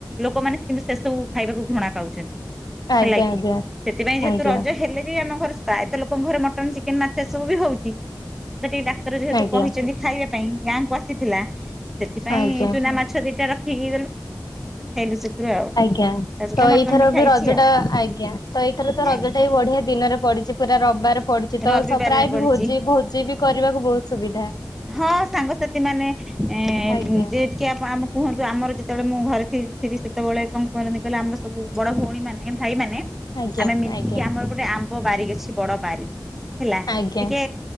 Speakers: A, in the centre; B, on the left.
A: ଲୋକମାନେ କିନ୍ତୁ ସେ ସବୁ ଖାଇବାକୁ ଘୃଣା ପାଉଛନ୍ତି
B: ଆଜ୍ଞା
A: ହେଲା କି।
B: ଆଜ୍ଞା
A: ସେଥିପାଇଁ ଯେହେତୁ
B: ଆଜ୍ଞା
A: ରଜ ହେଲେ ବି ଆମ ଘ। <unintelligible> ଙ୍କ ଘରେ ମଟନ୍ ଚିକେନ ମାଛ ଏସବୁ ବି ହଉଛି। ଏବେ ଟିକେ ଡାକ୍ତର ଯେହେତୁ
B: ଆଜ୍ଞା
A: କହିଛନ୍ତି। ଖାଇବା ପାଇଁ ଗାଁକୁ ଆସି। ଥିଲା। ସେଥିପାଇଁ
B: ଆଜ୍ଞା
A: ଚୁନା ମାଛ ଦିଟା ରଖିକି। <unintelligible>
B: ଆଜ୍ଞା
A: ତା ସହିତ
B: ତ
A: ମଟନ
B: ଏଇଥର
A: ଖାଇଛି
B: ବି ରଜ
A: ଆଉ
B: ଟା ଆଜ୍ଞା ତ ଏଇଥର ତ ରଜଟା
A: ଆଜ୍ଞା
B: ହ ବଢିଆ ଦିନରେ ପଡିଛି। ପୁରା ର ର ବାରେ ପଡିଛି ତ
A: ରବିବାରରେ
B: ପ୍ରାୟ
A: ପଡିଛି।
B: ବି ଭୋଜି ଭୋଜି ବି କରିବାକୁ ବହୁତ। ସୁବିଧା।
A: ହଁ ସାଙ୍ଗସାଥି ମାନେ ଏ
B: ଆଜ୍ଞା
A: ଯେତିକି ଆପଣ ଆମ କୁହନ୍ତୁ ଆମର ଯେ ଯେତେବେଳେ ମୁଁ ଘରେ ଥି-ଥିଲି। ସେତେବେଳେ କଣ କରନ୍ତି କହିଲେ ଆମର ସବୁ ବଡ ଭଉଣୀ ମାନେ ଭାଇମାନେ।
B: ଆଜ୍ଞା
A: ଆମେ ମିଶିକି
B: ଆଜ୍ଞା
A: ଆମର ଗୋଟେ ଆମ୍ବ ବାରିକ ଅଛି। ବଡ ବାରି ହେଲା
B: ଆଜ୍ଞା।
A: ଟିକେ